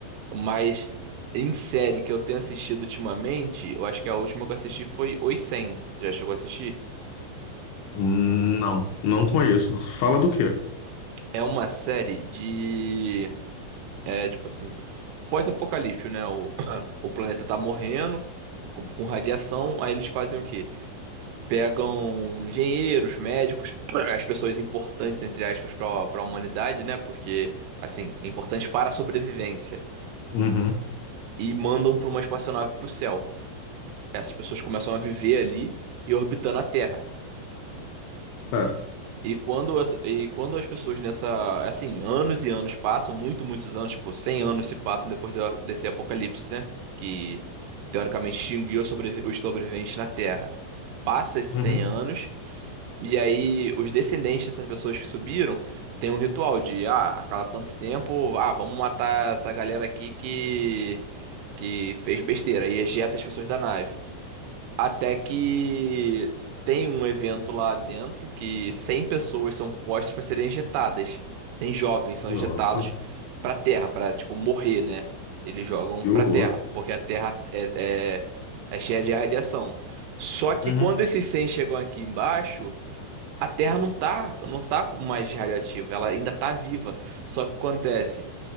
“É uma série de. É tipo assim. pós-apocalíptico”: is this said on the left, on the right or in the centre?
Right